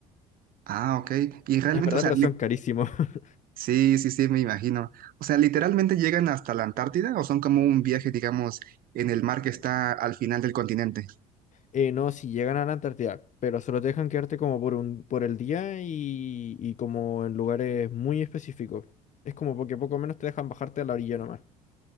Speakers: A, on the right (about 55°); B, on the left (about 40°).
A: Ah, ok. Y realmente,
B: es verdad,
A: o sea,
B: pero
A: li-
B: son carísimos. <laughs>
A: sí, sí, sí, me imagino. O sea, literalmente llegan hasta la Antártida o son como un viaje, digamos, en el mar que está al final del continente.
B: Eh, no, si llegan a la Antártida, pero solo te dejan quedarte como por un, por el día y, y como en lugares muy específicos. Es como porque poco menos te dejan bajarte a la orilla nomás.